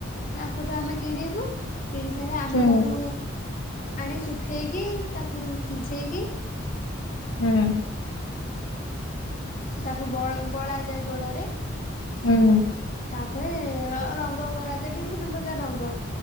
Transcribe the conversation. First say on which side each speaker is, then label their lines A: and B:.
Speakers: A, on the left (about 40°); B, on the left (about 75°).
A: ତାଙ୍କଠୁ ଆମେ କିଣିବୁ କିଣି ସାରି ଆମେ
B: ହୁଁ
A: ତାକୁ ଆଣି ଶୁଖେଇକି ତାକୁ ସିଝେଇକି
B: ହୁଁ।
A: ତାକୁ ବ ବଳା ଯାଏ ଗୋଡ଼ରେ
B: ହୁଁ।
A: ତାପରେ ର ରଙ୍ଗ କରାଯାଏ ବି ବିଭିନ୍ନ ପ୍ରକାର ରଙ୍ଗ